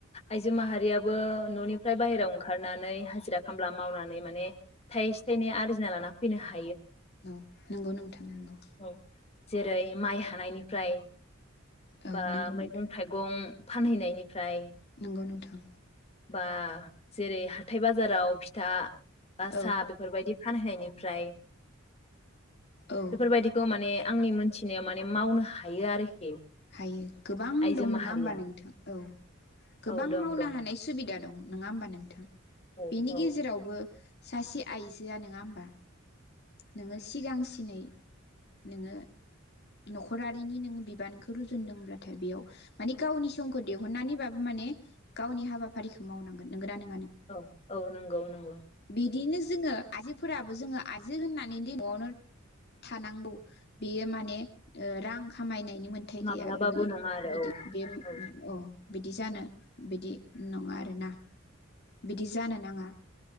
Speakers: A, on the left (about 30°); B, on the left (about 55°).
A: आइजो माहारियाबो न'निफ्राय बाहेरायाव ओंखारनानै हाजिरा खामला मावना नाय माने थायसे थायनै आरजि <unintelligible> फैनो हा
B: औ नंगौ नोंथां नंगौ
A: औ जेरै माइ हानायनिफ्राय
B: औ
A: बा
B: नंगौ
A: मैगं
B: नोंथां
A: थाइगं‌ फानहैनायनिफ्राय
B: नंगौ नोंथां
A: बा जेरै हाथाय बाजाराव फिथा बा साहा
B: औ
A: बेफोरबायदि फानहैनिफ्राय
B: औ
A: बेफोरबायदिखौ माने आंनि मोनथिनायाव माने मावनो हायो आरोखि।
B: हायो गोबां
A: आइजो
B: दं
A: माहारिया
B: नङा ओमबा नोंथां औ गोबां
A: औ दं
B: मावनो
A: दं
B: हानाय सुबिदा दं। नङा ओमबा नोंथां?
A: औ
B: बेनि
A: औ
B: गेजेरावबो सासे आइजोआ नङा ओमबा? नोङो सिगांसिनै नोङो नखरारिनि नोङो बिबानखौ रुजुनदोंब्लाथाय बेयाव माने गावनि समखौ दिहुननानैबाबो माने गावनि हाबाफारिखौ मावनांगोन नोंगोना?
A: औ औ नंगौ नंगौ
B: बिदिनो जोङो आयजोफोराबो जोङो आय जो होननानै दि न'आवनो थानांगौ बेयो माने ओ रां खामायनाय। बिनि मोनथाय
A: माब्लाबाबो
B: गैया बिदि
A: नङा आरो
B: बिदि
A: औ
B: बे
A: औ
B: अ बिदि जानो बिदि नङा आरोना बिदि जानो नाङा।